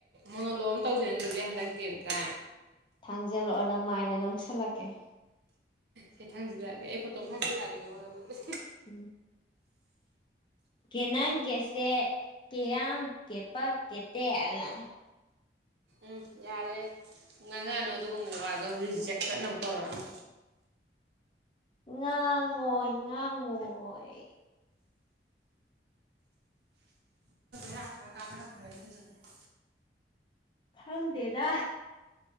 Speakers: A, on the right; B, on the left.
A: ꯃꯣꯅꯣꯂꯣꯛ ꯑꯃ ꯇꯧꯁꯤꯅ ꯑꯗꯨꯗꯤ ꯍꯟꯗꯛꯇꯤ ꯑꯝꯇ
B: ꯊꯥꯡꯖꯜꯂꯛꯑꯣ ꯅꯃꯥꯏꯗꯣ ꯅꯣꯛꯁꯜꯂꯛꯀꯦ
A: ꯁꯦ ꯊꯥꯡꯖꯜꯂꯛꯑꯒꯦ ꯑꯩ ꯐꯣꯇꯣ ꯑꯃ ꯊꯥꯖꯤꯟꯂꯛꯑꯒꯦ ꯅꯪꯉꯣꯟꯗ ꯑꯗꯨꯗꯤ
B: ꯎꯝ ꯀꯦ ꯅꯪ ꯀꯦꯁꯦ ꯀꯦꯌꯥꯝ ꯀꯦꯄꯛ ꯀꯦꯇꯦ ꯍꯥꯏꯅ
A: ꯎꯝ ꯌꯥꯔꯦ ꯉꯥꯡꯉꯛꯑꯅꯨ ꯑꯗꯨꯒꯨꯝꯕ ꯋꯥꯗꯣ ꯔꯤꯖꯦꯛ ꯆꯠꯅꯕ ꯇꯧꯔꯛꯑꯅꯨ
B: ꯉꯥꯡꯉꯣꯏ ꯉꯥꯡꯉꯣꯏ
A: <inaudible>
B: ꯈꯪꯗꯦꯗ